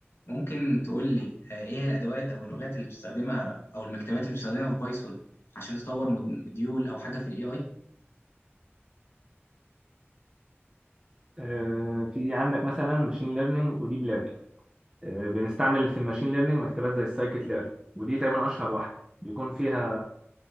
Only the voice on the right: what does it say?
آه، في عندك مثلا ماشين ليرنينج وديب ليرنينج بنستعمل في الماشين ليرنينج مكتبات زي السايكيت ليرن ودي تقريبا اشهر واحده بيكون فيها